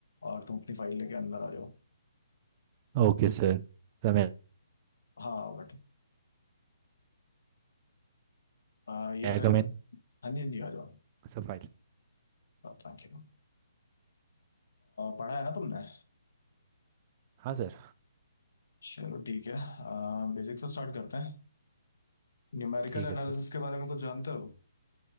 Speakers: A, on the left; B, on the right.
A: और तुम अपनी फाइल लेके अंदर आ जाओ
B: Okay sir Sir मैं
A: हाँ बट आ, यार हाँ
B: come in
A: जी हाँ जी आ जाओ
B: Sir file
A: Thank you पढ़ा है ना तुमने
B: हाँ sir
A: चलो ठीक है बेसिक से स्टार्ट करते हैं न्यूमेरिकल
B: ठीक है
A: एनालिसिस
B: सर
A: के बारे में कुछ जानते हो